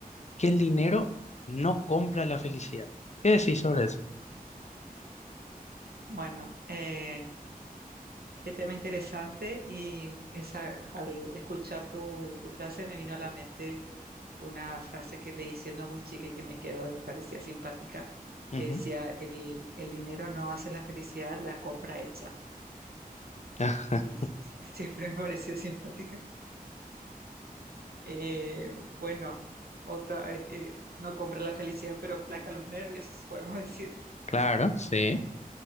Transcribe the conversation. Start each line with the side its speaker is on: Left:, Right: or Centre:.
Left: que el dinero no compra la felicidad. ¿Qué decís sobre eso?
Right: Bueno, eh, qué tema interesante y esa, al escuchar tu, tu frase me vino a la mente una frase que leí siendo muy chica y que me quedó y me parecía simpática,
Left: Ujú.
Right: que decía, el, el dinero no hace la felicidad, la compra hecha.
Left: <laughs>
Right: Y sí, sí, <laughs> siempre me pareció simpática. Eh, bueno, otra es que no compra la felicidad, pero aplaca los nervios, <laughs> podemos decir.
Left: Claro, sí.